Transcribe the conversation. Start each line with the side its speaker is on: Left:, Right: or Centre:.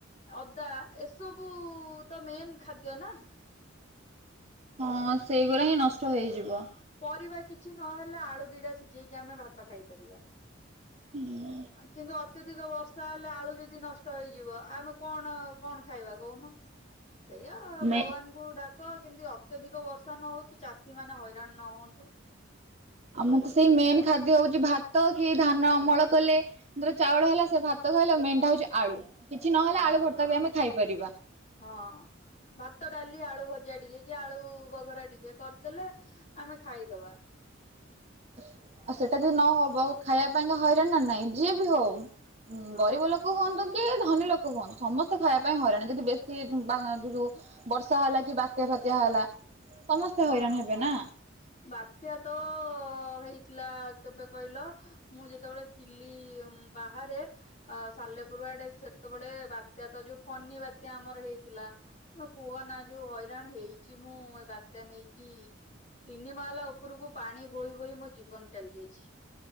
Left: ଅଦା ଏସବୁ ତ ମେନ୍ ଖାଦ୍ୟ ନା।
Right: ହଁ ସେଇଗୁରା ହିଁ ନଷ୍ଟ ହେଇଯିବ।
Left: ପରିବା କିଛି ନହେଲେ ଆଳୁ ଦିଟା ସିଜେଇକି ଆମେ ଭାତ ଖାଇପାରିବା।
Right: ହୁଁ।
Left: କିନ୍ତୁ ଅତ୍ୟଧିକ ବର୍ଷା ହେଲେ ଆଳୁ ଯଦି ନଷ୍ଟ ହେଇଯିବ ଆମେ କଣ କଣ ଖାଇବା କହୁନ। ସେଇଆ
Right: ମେ
Left: ଭଗବାନଙ୍କୁ ଡାକ କିନ୍ତି ଅତ୍ୟଧିକ ବର୍ଷା ନ ହଉ କି ଚାଷୀମାନେ ହଇ ରାଣ ନ ହୁଅନ୍ତୁ।
Right: ଆମର ତ ସେଇ ମେନେ ଖାଦ୍ୟ ହଉଚି ଭାତ କି ଧାନ ଅମଳ କଲେ ହିନ୍ତିରେ ଚାଉଳ ହେଲା ସେ ଭାତ ଖାଇଲେ ମେନଟା ହଉଚି ଆଳୁ କିଛି ନହେଲେ
Left: ହଁ
Right: ଆଳୁ ଭର୍ତ୍ତା ବି ଆମେ ଖାଇପାରିବା।
Left: ହଁ ଭାତ ଡାଲି ଆଳୁ ଭଜା ଟିକେ କି ଆଳୁ ବଘରା ଟି କେ କରିଦେଲେ ଆମେ ଖାଇଦବା।
Right: ଆଉ ସେଟା ଯଦି ନ ହବ ଖାଇଆ ପାଇଁକା ହଇରାଣ ନା ନାଇଁ ଯିଏ ବି ହଉ। ଉଁ
Left: ହଁ
Right: ଗରିବ ଲୋକ ହୁଅନ୍ତୁ କି ଧନୀ ଲୋକ ହୁଅନ୍ତୁ ସମସ୍ତେ ଖାଇବା ପାଇଁ ହଇରାଣ ଯଦି ବେଶୀ <unintelligible> ବର୍ଷା ହେଲା କି ବାତ୍ୟା ଫାତ୍ୟା ହେଲା ସମସ୍ତେ
Left: ହଁ
Right: ହଇରାଣ ହେବେ ନା
Left: ବାତ୍ୟା ତ ହେଇଥିଲା କେବେ କହିଲ ମୁଁ ଯେତେବେଳେ ଥିଲି ଉଁ ବାହାରେ ଅ ସାଲେପୁର ଆଡେ ସେତେବେଳେ ବାତ୍ୟା ତ ଯୋଉ ଫନି ବାତ୍ୟା ଆମର ହେଇଥିଲା। ତମେ କୁହନା ଯୋଉ ହଇରାଣ ହେଇଚି ମୁଁ ଏ ବା ତ୍ୟା ନେଇକି ତିନି ମାହାଲା ଓପୁରୁକୁ ପାଣି ବୋହି ବୋହି ମୋ ଜୀବନ ଚାଲିଯାଇଛି।